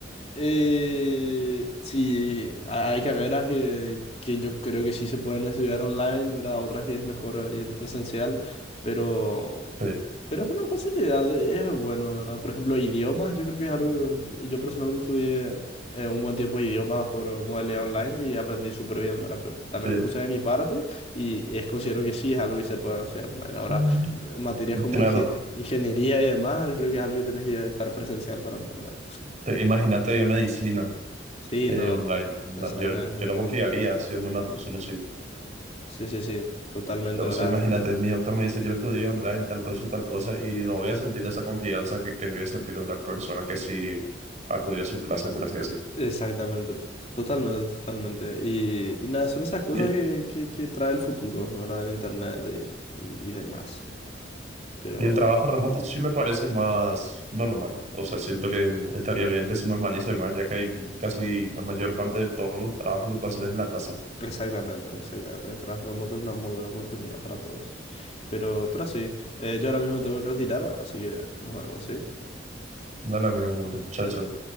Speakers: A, on the left (about 35°); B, on the right (about 40°).
A: eh, sí, ha- hay carreras que, que yo creo que sí se pueden estudiar online, ¿verdad? Otras que es mejor ir presencial, pero,
B: Sí,
A: pero es una facilidad, eh, es bueno, ¿verdad? Por ejemplo, idiomas, yo creo que es algo, yo personalmente estudié eh, un buen tiempo de idiomas por modalidad online y aprendí súper bien, ¿verdad? Pero también
B: sí.
A: puse de mi parte y es, considero que sí es algo que se puede hacer online. Ahora,
B: Bueno.
A: materias como
B: Claro,
A: inge- ingeniería y demás, creo que es algo que tenés que estar presencial para entender.
B: Sí, imagínate medicina.
A: Sí,
B: eh,
A: no,
B: online. No,
A: exactamente.
B: yo, yo no confiaría siendo una persona así.
A: Sí, sí, sí, totalmente,
B: Entonces,
A: ¿verdad?
B: imagínate, mi doctor me dice, yo estudié online tal cosa, tal cosa, y no voy a sentir esa confianza que, que voy a sentir una persona que sí acudió a sus clases, por así decir.
A: Exactamente, to- totalmente, totalmente. Y, y nada, son esas cosas
B: Y,
A: que, que, que trae el futuro, ¿verdad? El internet y, y, y demás. Pero,
B: y el trabajo remoto sí me parece más normal. O sea, siento que estaría bien que se normalice más, ya que hay casi la mayor parte de todos los trabajos que puedo hacer en la casa.
A: exactamente, exactamente. El trabajo remoto es una muy buena oportunidad para todos. Pero, pero sí, eh, yo ahora mismo tengo que retirar, así que nos vemos, ¿sí?
B: Dale, amigo, muchacho.
A: Adiós.